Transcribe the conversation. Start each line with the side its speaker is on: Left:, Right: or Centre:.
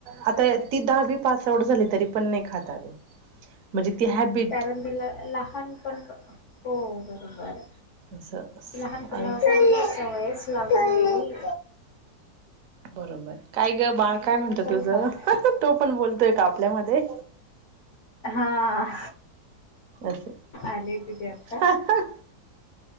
Right: आता ती दहावी पास आऊट झाली तरी पण नई खात अगं. <inaudible> म्हणजे ती हॅबी
Left: कारण तिला लहानपण हो बरोबर.
Right: असं
Left: लहानपणापासुन
Right: आणि
Left: तीला सवयच लागली नई
Right: बरोबर काय ग
Left: म्हणून
Right: बाळ काय म्हणतं
Left: नसेल
Right: तुझं,
Left: खात
Right: तो पण बोलतोय का आपल्यामध्ये.
Left: हा.
Right: असं.
Left: आली तिथे आता
Right: हा हां.